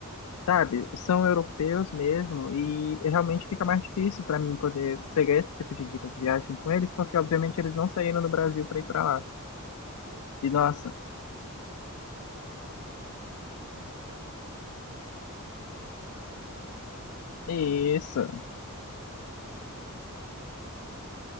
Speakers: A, on the left (about 80°); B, on the right (about 60°).
A: sabe? São europeus mesmo, e realmente fica mais difícil pra mim poder pegar esse tipo de dica de viagem com eles, porque obviamente eles não saíram do Brasil pra ir pra lá. E nossa,
B: É, isso é verdade. É, tipo, co- na verdade, é, é muito bom que você tenha esses amigos, porque você consegue dicas lá, né? Tipo, eles vão saber
A: isso.
B: onde você vai comer sem gastar um, um rim.